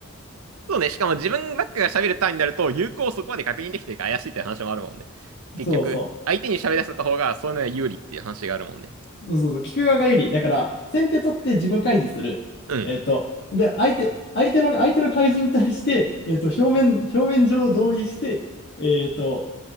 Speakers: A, on the right; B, on the left.
A: そうね、しかも自分ばっかが喋る単位になると、有効をそこまで確認できてるか怪しいって話もあるもんね。結局、
B: そうそ
A: 相手に喋らせた方が、そういうのが有利っていう話があるもんね。
B: う。そうそうそう。聞く側が有利。だから、先手取って自己開示する。
A: うん、
B: えっと、で、相手、相手の、相手の開示に対して、えっと、表面、表面上同意して、えっと、